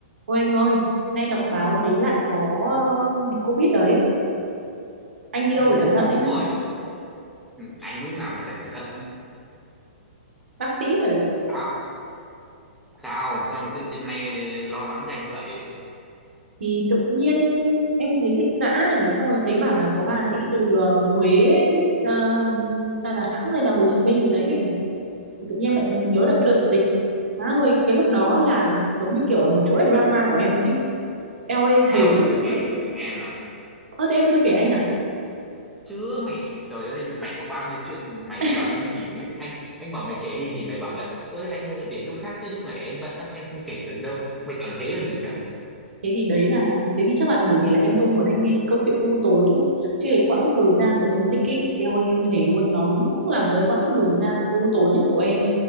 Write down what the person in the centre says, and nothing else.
Ừ,
đúng
rồi. Ừ, Anh lúc nào mà chả cẩn thận.
Sao? Sao? Sao mà tự nhiên nay lo lắng cho anh như vậy?
Ừ,
ừ.
Sao?
Cứ kể
kể nghe em nào.
Chứ mày, trời ơi, mày có bao nhiêu chuyện mày
toàn im ỉm ấy. Anh anh bảo mày kể đi thì mày bảo là ơi anh ơi để lúc khác chứ lúc này em bận lắm em không kể được đâu. Mày toàn thế còn gì nữa?